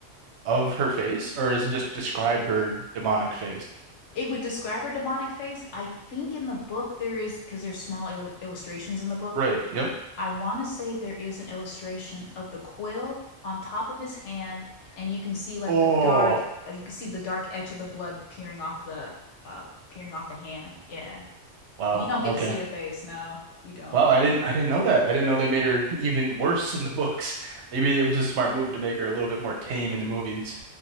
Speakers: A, on the right (about 65°); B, on the left (about 70°).
A: of her face, or is it just describe her demonic face?
B: It would describe her demonic face. I think in the book there is, because there's small il- illustrations in the book.
A: Right. Yep.
B: I want to say there is an illustration of the quill on top of his hand, and you can see like
A: Oh,
B: the dark, uh, you can see the dark edge of the blood peering off the, uh, peering off the hand. Yeah.
A: wow.
B: You don't get
A: Okay.
B: to see her face. No, you don't.
A: Wow, I didn't I didn't know that. I didn't know they made her <laughs> even worse in the books. Maybe it was a smart move to make her a little bit more tame in the movies.